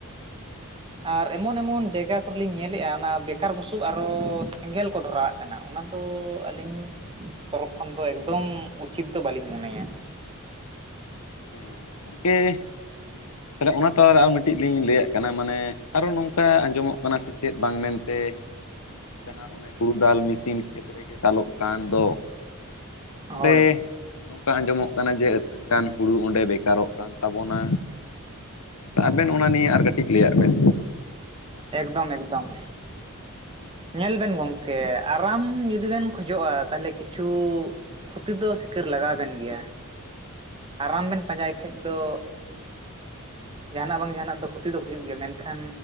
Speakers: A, on the left; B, on the right.
A: <inaudible>
B: ᱟᱨ ᱮᱢᱚᱱ ᱮᱢᱚᱱ ᱡᱟᱭᱜᱟ ᱠᱚᱨᱮᱞᱤᱤᱧ ᱧᱮᱞᱮᱫᱼᱟ ᱚᱱᱟ ᱵᱮᱠᱟᱨ ᱵᱩᱥᱩᱵ ᱟᱨᱚ ᱥᱮᱸᱜᱮᱞ ᱠᱚ ᱫᱷᱚᱨᱟᱣᱟᱜ ᱠᱟᱱᱟ ᱚᱱᱟ ᱫᱚ ᱛᱚ ᱟᱹᱞᱤᱧ ᱛᱚᱨᱚ ᱠᱷᱚᱱ ᱫᱚ ᱮᱠᱫᱚᱢ ᱩᱪᱤᱛ ᱫᱚ ᱵᱟᱹᱞᱤᱧ ᱢᱚᱱᱮᱭᱟ᱾
A: ᱦᱮᱸ ᱜᱚᱢᱠᱮ ᱛᱟᱦᱚᱞᱮ ᱚᱱᱟ ᱛᱞᱟᱨᱮ ᱟᱨ ᱢᱤᱫᱴᱤᱡ ᱞᱤᱧ ᱞᱟᱹᱭᱟᱜ ᱠᱟᱱᱟ ᱢᱟᱱᱮ ᱟᱨᱚ ᱱᱚᱝᱠᱟ ᱟᱸᱡᱚᱢᱚᱜ ᱠᱟᱱᱟ ᱥᱮ ᱪᱮᱫ ᱵᱟᱝ ᱢᱮᱱᱛᱮ ᱡᱟᱦᱟᱸ ᱚᱱᱮ ᱦᱳᱲᱳ ᱫᱟᱞ ᱢᱮᱥᱤᱱ ᱠᱷᱮᱛ ᱨᱮᱜᱮ ᱫᱟᱞᱚᱜ ᱠᱟᱱ ᱫᱚ ᱚᱸᱰᱮ
B: ᱦᱳᱭ
A: ᱟᱸᱡᱚᱢᱚᱜ ᱠᱟᱱᱟ ᱡᱮ ᱟᱹᱥᱱ ᱜᱟᱱ ᱦᱩᱲᱩ ᱚᱸᱰᱮ ᱵᱮᱠᱟᱨᱚᱜ ᱠᱟᱱ ᱛᱟᱵᱚᱱᱟ᱾ ᱟᱵᱮᱱ ᱚᱱᱟ ᱱᱤᱭᱮ ᱟᱨ ᱠᱟᱹᱴᱤᱡ ᱞᱟᱹᱭᱟᱜ ᱵᱮᱱ᱾
B: ᱮᱠᱫᱚᱢ ᱮᱠᱫᱚᱢ
A: <inaudible>
B: ᱧᱮᱞ ᱵᱮᱱ ᱜᱚᱝᱠᱮ ᱟᱨᱟᱢ ᱡᱩᱫᱤ ᱵᱮᱱ ᱠᱷᱚᱡᱚᱜᱼᱟ ᱛᱟᱦᱚᱞᱮ ᱠᱤᱪᱷᱩ ᱠᱷᱚᱛᱤ ᱫᱚ ᱥᱤᱠᱟᱹᱨ ᱞᱟᱜᱟᱣ ᱵᱮᱱ ᱜᱮᱭᱟ ᱟᱨᱟᱢ ᱵᱮᱱ ᱯᱟᱸᱡᱟᱭ ᱠᱷᱟᱡ ᱫᱚ ᱡᱟᱦᱟᱱᱟᱜ ᱵᱟᱝ ᱡᱟᱦᱟᱱᱟᱜ ᱫᱚ ᱠᱷᱚᱛᱤ ᱫᱚ ᱦᱩᱭᱩᱜ ᱜᱮᱭᱟ ᱢᱮᱱᱠᱷᱟᱱ